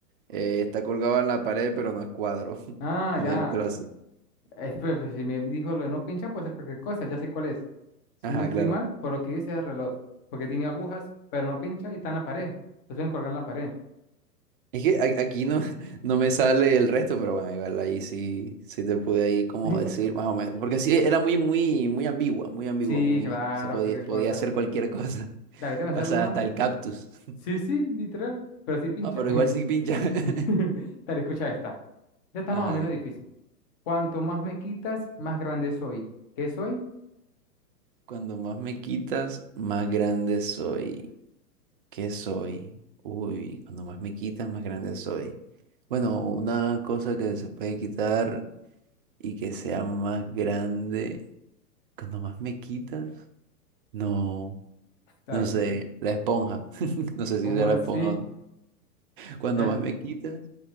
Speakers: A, on the right; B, on the left.
A: Eh, está colgado en la pared, pero no es cuadro.
B: Ah,
A: <laughs> Ponértelo
B: ya.
A: así.
B: Es, pues, pues, si me dijo lo de no pinchar, puede ser cualquier cosa, ya sé cuál es. Si
A: Ajá,
B: no estoy
A: claro.
B: mal, por lo que dice es el reloj, porque tiene agujas, pero no pincha y está en la pared. Lo suelen colgar en la pared.
A: Es que a- aquí no, <laughs> no me sale el resto, pero bueno, igual ahí sí, sí te pude ahí como
B: <laughs>
A: decir más o menos. Porque sí, era muy, muy, muy ambigua, muy ambigua,
B: Sí,
A: muy,
B: claro,
A: se podía,
B: cualquier cosa.
A: podía hacer cualquier cosa. <laughs>
B: Dale, te voy a lanzar
A: O sea,
B: una.
A: hasta el cactus. <laughs>
B: Sí, sí, literal, pero sí pincha.
A: Ah, pero igual sí pincha. <laughs>
B: <laughs> Dale, escucha esta. ya está
A: Ajá,
B: más o menos
A: dime.
B: difícil. Cuanto más me quitas, más grande soy. ¿Qué soy?
A: Cuando más me quitas, más grande soy. ¿Qué soy? Uy, cuando más me quitas, más grande soy. Bueno, una cosa que se puede quitar y que sea más grande. Cuando más me quitas, no.
B: Está
A: No
B: difícil.
A: sé, la esponja. <laughs> No sé si
B: ¿Cómo
A: sea
B: así?
A: la esponja o no. Cuando
B: Ya,
A: más me quitas,